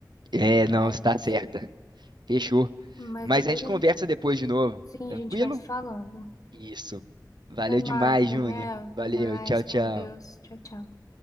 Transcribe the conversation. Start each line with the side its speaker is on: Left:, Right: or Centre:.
Right: É,
Left: Mas
Right: não, você tá certa. Fechou.
Left: Mas
Right: Mas
Left: depois
Right: a gente
Left: a
Right: conversa
Left: gente,
Right: depois de novo.
Left: sim,
Right: Tranquilo?
Left: a gente vai se falando.
Right: Isso. Valeu
Left: Até
Right: demais,
Left: mais, Daniel.
Right: Júnior.
Left: Até
Right: Valeu,
Left: mais.
Right: tchau,
Left: Com
Right: tchau.
Left: Deus. Tchau, tchau.